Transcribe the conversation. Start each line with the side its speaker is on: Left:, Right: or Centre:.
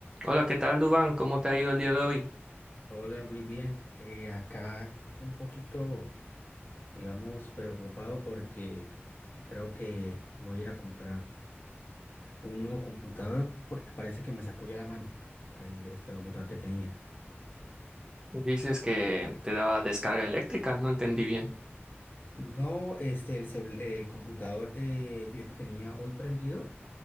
Right: Hola, ¿qué tal, Dubán? ¿Cómo te ha ido el día de hoy?
Left: Hola, muy bien. Eh, acá un poquito, digamos, preocupado porque creo que voy a ir a comprar un nuevo computador porque parece que me sacó ya la mano el, este computador que tenía.
Right: Dices que te daba descarga eléctrica, no entendí bien.
Left: No, este, el, cel- el computador eh, yo lo tenía hoy prendido,